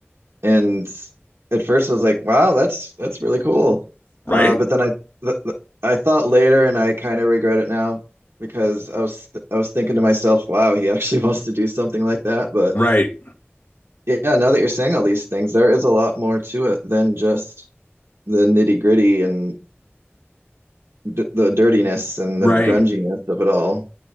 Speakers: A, on the right (about 80°); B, on the left (about 55°).
A: And at first, I was like, "Wow, that's that's really cool,"
B: Right.
A: uh, but then I th th I thought later, and I kind of regret it now because I was I was thinking to myself, "Wow, he <laughs> actually wants to do something like that." But
B: Right.
A: yeah, now that you're saying all these things, there is a lot more to it than just the nitty gritty and d the dirtiness and
B: Right.
A: the grunginess of it all.